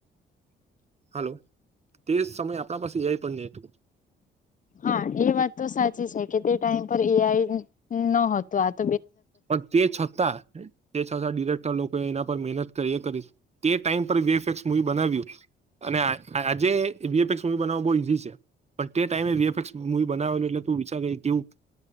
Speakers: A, on the right (about 35°); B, on the left (about 40°).
A: હલો તે સમય આપણા પાસે એય પણ નહ હતું
B: હા એ વાત તો સાચી છે કે તે ટાઈમ પર એઆઈ નત
A: પણ તે છતાં તે છતાં ડિરેક્ટર લોકો એના કરી ટ બનાવ્યું અને આજે મવી બવ બહુ ઈઝી છે પણ તે ટાઈમેીએફએક્સ મુવી બનાવેલ એટલે તું વિચ કેવું